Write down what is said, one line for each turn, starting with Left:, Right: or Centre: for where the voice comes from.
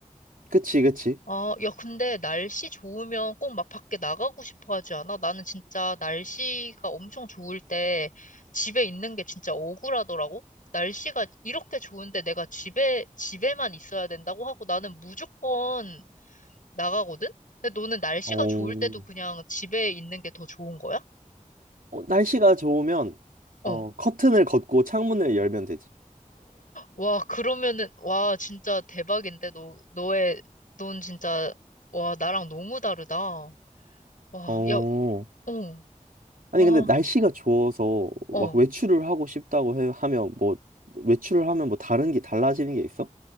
Right: 그치 그치.
Left: 아, 야, 근데 날씨 좋으면 꼭 막 밖에 나가고 싶어 하지 않아? 나는 진짜 날씨가 엄청 좋을 때 집에 있는 게 진짜 억울하더라고? 날씨가 이렇게 좋은데 내가 집에, 집에만 있어야 된다고 하고 나는 무조건 나가거든? 근데 너는 날씨가
Right: 어,
Left: 좋을 때도 그냥 집에 있는 게 더 좋은 거야?
Right: 어, 날씨가 좋으면
Left: 어.
Right: 어 커튼을 걷고 창문을 열면 되지.
Left: 와, 그러면은, 와, 진짜 대박인데, 너, 너의, 넌 진짜, 와, 나랑 너무 다르다. 와,
Right: 어.
Left: 야, 어,
Right: 아니
Left: 아,
Right: 근데 날씨가 좋아서 막
Left: 어.
Right: 외출을 하고 싶다고 해, 하면 뭐 외출을 하면 뭐 다른 게 달라지는 게 있어?